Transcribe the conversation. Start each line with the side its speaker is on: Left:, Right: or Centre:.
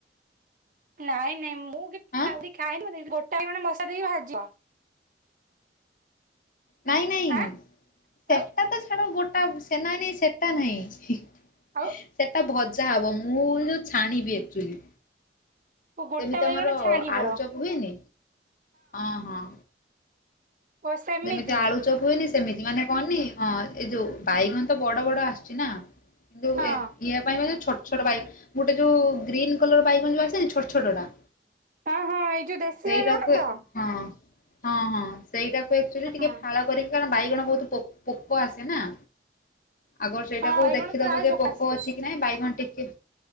Right: ନାଇଁ ନାଇଁ ମୁଁ
Left: ଆଁ
Right: <inaudible> ଖାଇନି ଗୋଟାେ ମଶଲା ଦେଇକି ଭାଜିବ?
Left: ନାଇଁ ନାଇଁ
Right: ଆଁ
Left: ସେଟା
Right: ଆଉ
Left: ତ ଛାଡ ଗୋଟା ସେ ନାଇଁ ନାଇଁ ସେଟା ନାଇଁ ହି।
Right: ଆଉ?
Left: ସେଟା ଭଜା ହବ ମୁଁ ଯୋଉ ଛାଣିବି ଆକ୍ଚୁଆଲି।
Right: ଗୋଟା
Left: ଯେମିତି
Right: ବାଇଗଣ
Left: ଆମର
Right: ଛାଣିବ
Left: ଆଳୁଚପ ହୁଏନି ହିଁ ହଁ।
Right: ଓ ସେମିତି
Left: ଯେମିତି ଆଳୁ ଚପ୍ ହୁଏନି ସେମିତି ମାନେ କହନି, ହଁ ଏଇ ଯୋଉ ବାଇଗଣ ତ ବଡ ବଡ ଆସିଛି ନା। କିନ୍ତୁ
Right: ହଁ
Left: ଏ ଇଆ ପାଇଁ ମୋତେ ଛୋ ଛୋଟ ବାଇ, ଗୋଟେ ଯୋଉ ଗ୍ରୀନ୍ କଲର୍ ବାଇଗଣ ଯୋଉ ଆସେନି ଛୋଟ ଛୋଟ ଟା।
Right: ହଁ ହଁ ଏଇ ଯୋଉ ଦେଶୀ
Left: ସେଇଟାକୁ
Right: ବାଇଗଣ ତ
Left: ଏ ହଁ ହଁ, ହଁ ସେଇଟାକୁ ଏକ୍ଚୁଲି ଟିକେ
Right: ହଁ
Left: ଫାଳ କରିକି କାରଣ ବାଇଗଣ ବହୁତ ପୋ-ପୋକ ଆସେ ନା। ଆଗର ସେଇଟାକୁ
Right: ହଁ ବାଇଗଣ
Left: ଦେଖିଦବ
Right: ପ୍ରାୟ
Left: ଯେ
Right: ପକାସେ
Left: ପୋକ ଅଛି କି ନାଇଁ ବାଇଗଣ ଟିକେ